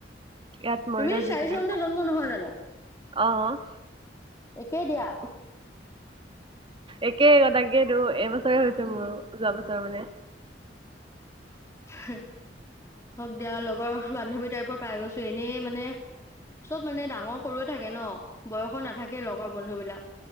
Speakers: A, on the right; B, on the left.
A: ইয়াত মৰিগাঁও
B: তুমিও চাৰি
A: জি কেবিত
B: চনতে জন্ম নহয় জানো?
A: অ'।
B: একেই দিয়া।
A: এক তাকেই ক তাকেইেতটো এইবছৰে হৈছে
B: উম।
A: মোৰ যোৱা বছৰ মানে
B: হ হওক দিয়া লগৰ বান্ধৱী টাইপৰ পাই গৈছো এনেই মানে চব মানে ডাঙৰ সৰুয়ে থাকে ন বয়সৰ নাথাকে লগৰ বন্ধু বিলাক